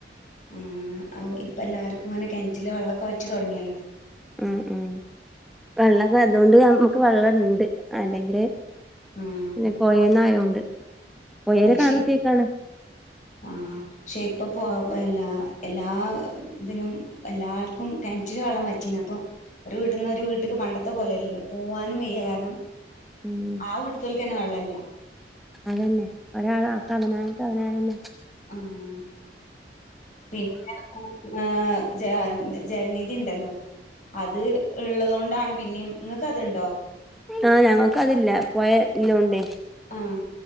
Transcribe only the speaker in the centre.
ഉം ഉം വെള്ളപ്പൊ അതുകൊണ്ട് നമ്മക്ക് വെള്ളണ്ട്. അല്ലെങ്കില്
പിന്നെ പോയെന്നായോ <inaudible> ഒയരെ
കാറുത്തിയേക്കാണ്.
ഉം.
അതന്നെ ഒരാള് ആക്കാതെനാൻ അവനാണെന്നെ
ആഹ് ഞങ്ങക്ക് അതില്ല. പൊഴ ഇല്ലാണ്ട്